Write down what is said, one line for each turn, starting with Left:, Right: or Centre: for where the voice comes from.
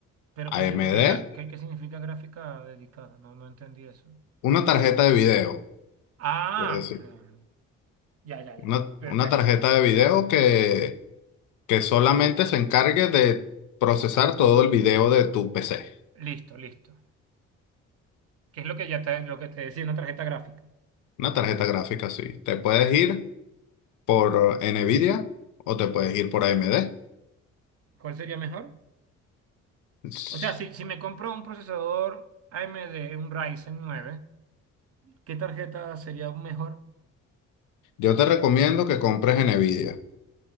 Right: Pero
Left: AMD,
Right: ¿qué significa, qué, qué significa gráfica dedicada? No, no entendí eso.
Left: una
Right: O sea,
Left: tarjeta de video,
Right: ah,
Left: por decir.
Right: no, no, no. ya, ya, ya.
Left: Una,
Right: Perfecto.
Left: una tarjeta de video que, que solamente se encargue de procesar todo el video de tu PC.
Right: Listo, listo. ¿Qué es lo que ya te, lo que te decía una tarjeta gráfica?
Left: Una tarjeta gráfica, así. Te puedes ir por NVIDIA o te puedes ir por AMD.
Right: ¿Cuál sería mejor?
Left: S-
Right: O sea, si, si me compro un procesador AMD, un Ryzen nueve, ¿qué tarjeta sería mejor?
Left: Yo te recomiendo que compres NVIDIA.